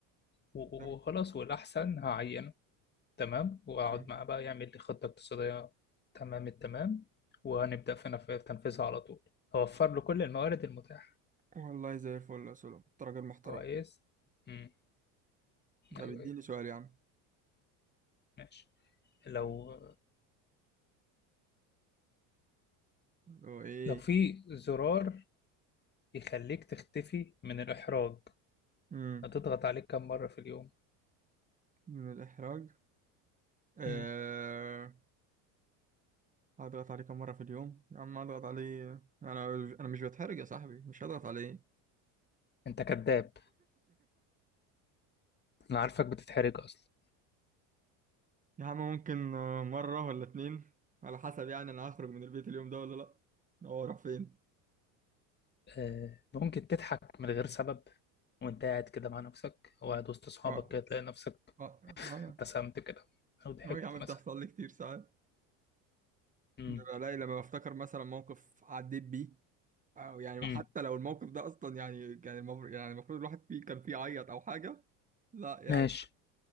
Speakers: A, on the left; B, on the right.
A: و- و-
B: صح
A: وخلاص والأحسن هعينه تمام وأقعد
B: صح.
A: معاه بقى يعمل لي خطة اقتصادية تمام التمام وهنبدأ في نف- تنفيذها على طول أوفر له كل الموارد المتاحة
B: والله زي الفل يا سولو انت راجل محترم
A: كويس امم
B: طب
A: أيوه
B: اديني
A: أيوه
B: سؤال يا عم
A: ماشي لو
B: اللي هو ايه
A: لو في زرار يخليك تختفي من الإحراج
B: مم.
A: هتضغط عليه كم مرة في اليوم
B: من الإحراج آه...
A: امم
B: هضغط عليه كم مرة في اليوم يا عم هضغط عليه أنا أنا مش بتحرج يا صاحبي مش هضغط عليه <laughs>
A: أنت كذاب انا عارفك بتتحرج اصلا
B: يا عم ممكن آه، مرة ولا اتنين على حسب يعني أنا هخرج من البيت اليوم ده ولا لأ هو راح فين
A: آه، ممكن تضحك من غير سبب وانت قاعد كده مع نفسك او قاعد وسط اصحابك
B: اه
A: كده تلاقي نفسك
B: اه اه يا
A: ابتسمت كده او ضحكت
B: اه يا عم
A: مثلا
B: بتحصل لي كتير ساعات
A: امم
B: ببقى لي لما بفتكر مثلا موقف عديت بيه أو يعني
A: امم
B: حتى لو الموقف ده اصلا يعني كان المفروض يعني المفروض الواحد فيه كان فيه عيط او حاجه لا يعني
A: ماشي